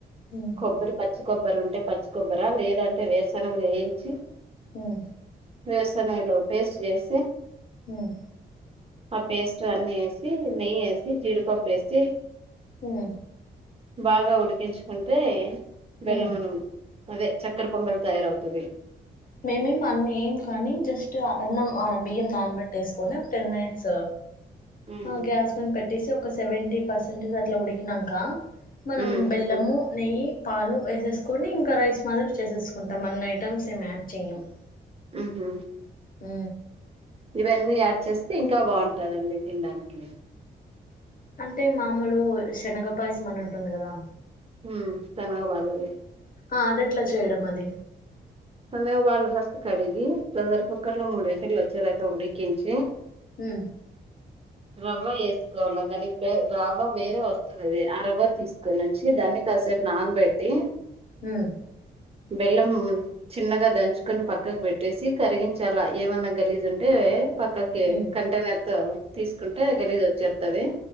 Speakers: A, on the left; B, on the right.
A: ఉమ్
B: కొబ్బరి పచ్చి కొబ్బరి ఉంటే పచ్చి కొబ్బరా లేదంటే వేరుశనగలు వేయించి
A: మ్
B: వేరుశెనగలు పేస్ట్ చేసి
A: హు మ్
B: ఆ పేస్ట్ అన్ని ఎసి నెయ్యి ఎసి జీడిపప్పు ఏసి
A: హు మ్
B: బాగా ఉడికించుకుంటే బెల్లం
A: ఉమ్
B: అన్నం అదే చక్కర పొంగలు తయారవుతది
A: మేమేం అన్నీ ఏయం కానీ జస్ట్ అన్నం అ బియ్యం నానబెట్టేసుకుని ఒక టెన్ మినిట్స్
B: ఉమ్
A: ఆ గ్యాస్ మీన పెట్టేసి ఒక సెవెంటీ పర్సెంటేజ్ అట్లా ఉడికినంకా మనం
B: ఉమ్
A: బెల్లము నెయ్యి పాలు వేసేసుకొని ఇంకా రైస్ మాదిరి చేసేసుకుంటాం అన్ని ఐటమ్స్ ఏం యాడ్ చేయ్యము
B: మ్ హు
A: మ్
B: ఇవన్నీ యాడ్ చేస్తే ఇంకా బాగుంటదండి తినడానికి
A: అంటే మామూలు శనగపాయసమని ఉంటుంది కదా
B: హు మ్ శనగ బాళ్ళది
A: ఆ అదెట్లా చేయడం అది
B: శనగ బాళ్ళు ఫస్ట్ కడిగి ప్రెషర్ కుక్కర్ లో మూడు విజిల్లు వచ్చేదాకా ఉడికించి
A: మ్
B: రవ్వ వేసుకోవాలి దానికి ప్ రవ్వ వేరే వస్తదది ఆ రవ్వ తీసుకొని వచ్చి దానికి కాసేప్ నాన బెట్టి
A: హు మ్
B: బెల్లమ్. చిన్నగా దంచుకొన్ పక్కక్ పెట్టేసి కరిగించాలా ఏమన్న గలీజుంటే పక్కకి
A: ఉమ్,
B: కంటైనర్తొ తీస్కుంటే గలీజొచ్చేత్తది.